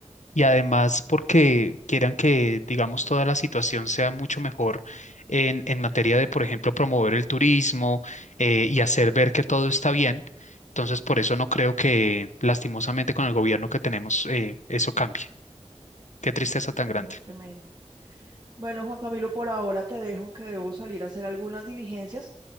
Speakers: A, on the left (about 85°); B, on the right (about 35°).
A: Y además porque quieran que, digamos, toda la situación sea mucho mejor en, en materia de, por ejemplo, promover el turismo eh, y hacer ver que todo está bien. Entonces, por eso no creo que lastimosamente con el gobierno que tenemos eh, eso cambie. Qué tristeza
B: Ay, Juan
A: tan
B: Camilo,
A: grande.
B: es tremendo. Bueno, Juan Camilo, por ahora te dejo que debo salir a hacer algunas diligencias,